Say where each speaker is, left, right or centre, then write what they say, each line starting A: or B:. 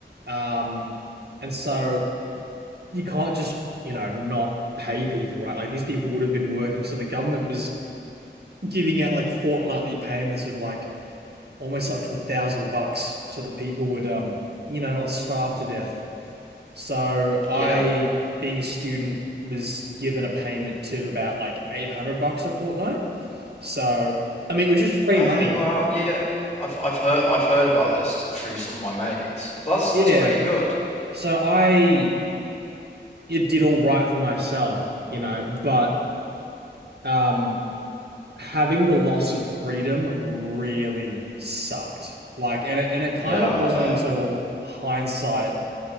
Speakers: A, on the right; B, on the left.
A: Um and so you can't just, you know, not pay people, right? Like these people would have been working, so the government was giving out like fortnightly payments of like almost up to a thousand bucks so that people would um you know not starve to death. So
B: yeah
A: I, being a student, was given a payment of about like 800 bucks a fortnight. So I mean it was just free
B: oh
A: money.
B: wow yeah I've I've heard I've heard about this through some of my mates. But that's
A: Yeah.
B: that's pretty good.
A: So I it did all right for myself, you know, but um having the loss of freedom really sucked. Like and it and it
B: Yeah,
A: kind of
B: I
A: wasn't
B: bet.
A: until hindsight